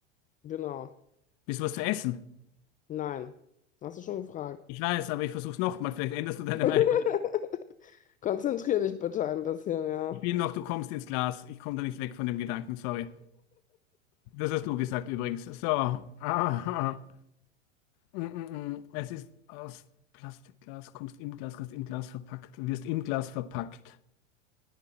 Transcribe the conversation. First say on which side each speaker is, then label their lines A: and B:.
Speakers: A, on the left (about 25°); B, on the left (about 50°).
A: Genau.
B: Bist du was zu essen?
A: Nein, hast du schon gefragt.
B: Ich weiß, aber ich versuch's nochmal. Vielleicht änderst du deine
A: <laughs>
B: Meinung.
A: Konzentrier dich bitte ein bisschen, ja.
B: Ich bin noch, du kommst ins Glas. Ich komme da nicht weg von dem Gedanken, sorry. Das hast du gesagt übrigens. So. Aha. Mm, mm, mm. Es ist aus Plastikglas, kommst im Glas, kannst im Glas verpackt, wirst im Glas verpackt.